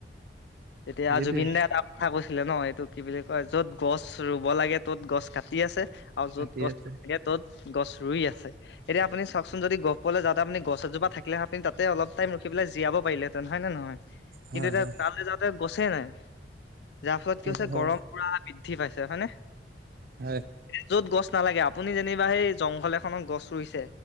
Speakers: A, on the left (about 65°); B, on the right (about 55°).
A: এতিয়া
B: সেইটোৱে
A: জুবিন দাই এটা কথা কৈছিলে ন এইটো কি বুলি কয় য'ত গছ। গ ৰুব লাগে ত'ত গছ কাটি আছে আৰু
B: মাতি
A: য'ত গছ
B: আছে।
A: লাগে ত'ত গছ। ৰুই আছে এতিয়া আপুনি চাওকচোন যদি গহপুৰলে যাওতে আপুনি গছ এজোপা থাকিলেহেঁতেন তাতে অলপ টাইম ৰখি পেলাই জীয়াব। পাৰিলেহেঁতেন হয়নে নহয়।
B: হয়
A: কিন্তু এতিয়া
B: হয়
A: তালে যাওঁতে গছেই নাই যাৰ ফলত
B: সেইটো
A: কি হৈছে
B: হয়
A: গৰম পুৰা পিন্ধ। উঠি পাইছে হয়নে
B: হয়
A: য'ত গছ। নালাগে আপুনি যেনিবা সেই জংঘল এখনত গছ ৰুইছে